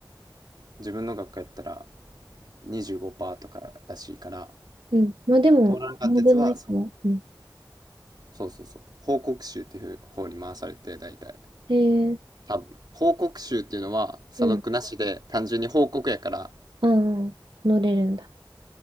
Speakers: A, on the right; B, on the right.
A: 自分の学科やったら25%とからしいから、
B: うんまあでも、
A: 通らなかったやつは、
B: 7分の1も。
A: そう
B: うん
A: そうそうそう、報告集っていう方に回されて、大体。
B: へえ、
A: 多分。報告集っていうのは、査読なしで、
B: うん。
A: 単純に報告やから、
B: ああ、乗れるんだ。